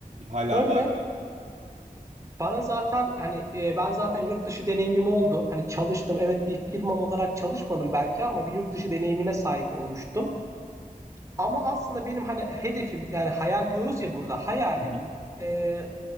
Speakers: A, on the right; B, on the right.
A: Hala
B: Şöyle
A: var.
B: bana zaten hani e, ben zaten yurt dışı deneyimim oldu. Hani çalıştım evet bir firmam olarak çalışmadım belki ama bir yurt dışı deneyimine sahip olmuştum. Ama aslında benim hani hedefim yani hayal diyoruz ya burada hayalim
A: Hı hı.
B: e,